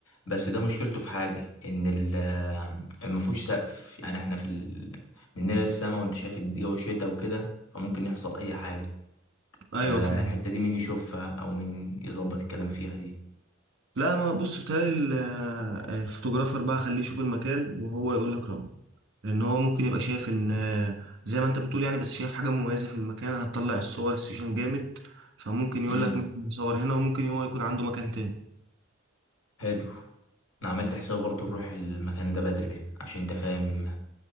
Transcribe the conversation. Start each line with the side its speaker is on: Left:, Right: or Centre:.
Left: بس ده مشكلته في حاجة ان ال ما فيهوش سقف يعني احنا في ال... مننا للسما وانت شايف الجو شتا وكده فممكن يحصل اي حاجة فالحتة
Right: ايوه فاهم
Left: دي مين يشوفها او مين يظبط الكلام فيها دي
Right: لا ما بص بتهيألي ال- الفوتوغرافر بقى خليه يشوف المكان وهو يقول لك رأيه لان هو ممكن يبقى شايف ان زي ما انت بتقول يعني بس شايف حاجة مميزة في المكان هتطلع الصور السيشن جامد فممكن يقول
Left: مم.
Right: لك مثلا نصور هنا وممكن هو يكون عنده مكان
Left: حلو انا عملت حساب برضو نروح المكان ده بدري عشان انت فاهم